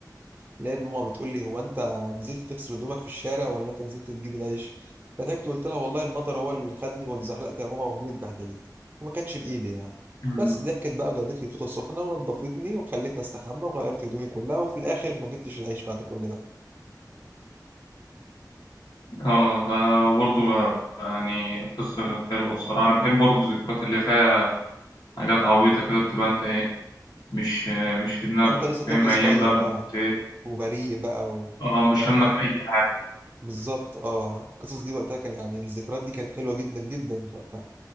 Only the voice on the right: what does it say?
لقيت ماما بتقول لي هو انت نزلت تغسل هدومك في الشارع ولا انت نزلت تجيب العيش فضحكت وقلت لها والله المطر هو اللي خدني واتزحلقت يا ماما وهدومي اتبهدلت وما كانش بايدي يعني
بس ضحكت بقى وجابت لي فوطه سخنه ونضفتني وخلتني استحمى وغيرت هدومي كلها وفي الاخر ما جبتش العيش بعد كل ده
فانت لسه طفل
صغير
بقى
وبريء بقى و...
فاهم
بالظبط اه القصص دي وقتها كان يعني الذكريات دي كانت حلوه جدا جدا وقتها